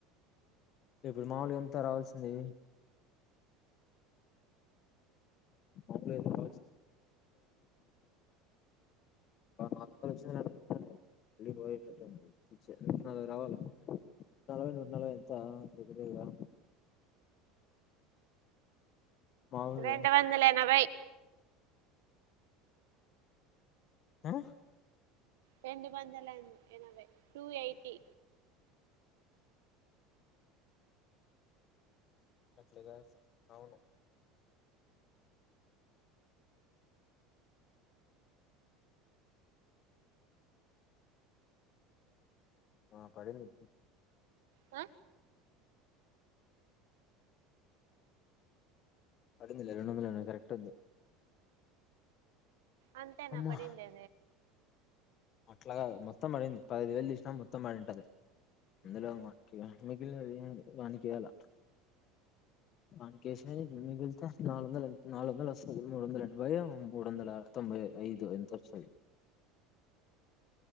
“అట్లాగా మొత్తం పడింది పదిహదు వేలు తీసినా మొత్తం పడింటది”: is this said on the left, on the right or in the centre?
Left